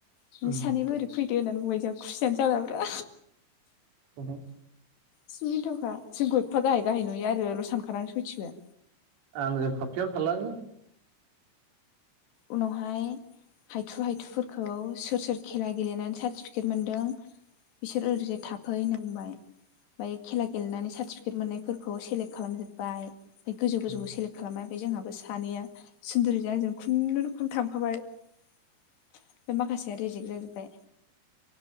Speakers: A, on the left; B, on the right.
A: नोंसो
B: उम
A: सानैबो ओरै फै दो होननानै बुंबाय जोंहा खुसियानो जालाब्रा
B: उमहो।
A: जि मिनिथावखा जोंखौ एफा गाहाय गाहाय नुयो आरोल' सानखा <unintelligible> सयथिबो -
B: आंजों फापफ्लियावनो थालाङो।
A: उनावहाय हायथु हायथुफोरखौ सोर सोर खेला गेलेनानै सार्टिफिकेट मोनदों बिसोर ओरैजाय थाफै होनना बुंबाय ओमफाय खेला गेलेनानै सार्टिफिकेट मोननायफोरखौ सेलेक्ट खालामजोबबाय। बे गोजौ
B: थालाङो
A: गोजौखौ सेलेक्ट खालामबाय। ओमफाय जोंहाबो सानैया सुन्दुरिजों आंजों खुनु रोखोम थांफाबाय ओमफाय माखासेया रिजेक्ट जाजोबबाय